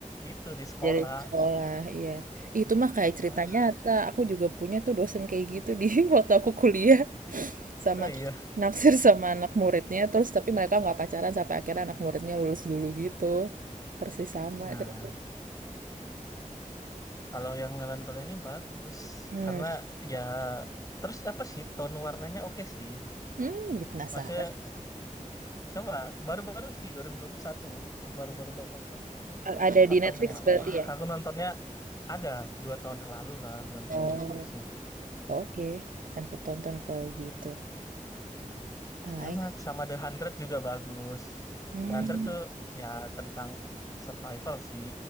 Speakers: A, on the left; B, on the right.
A: itu di sekolah.
B: jadi sekolah, iya. Itu mah kayak cerita
A: Nah,
B: nyata. Aku juga punya tuh dosen kayak gitu di <laughs> waktu aku kuliah sama
A: Oh iya.
B: naksir sama anak muridnya. Terus tapi mereka nggak pacaran sampai akhirnya anak muridnya lulus dulu gitu. Persis sama
A: nah,
B: ceritanya.
A: kalau yang melankolia ini bagus
B: Hmm,
A: karena ya terus apa sih tone warnanya oke sih.
B: hmm, jadi penasaran.
A: Maksudnya coba baru-baru sih 2021 baru-baru banget,
B: A- Ada
A: empat
B: di
A: tahun
B: Netflix
A: yang lalu
B: berarti
A: Wah
B: ya?
A: aku nontonnya ada dua tahun yang lalu lah di nonton
B: Oh,
A: di Netflixnya
B: oke. Akan ku tonton kalau gitu. Apalagi
A: enak sama The Hundred juga bagus
B: Hmm.
A: The Hundred tuh ya tentang survival sih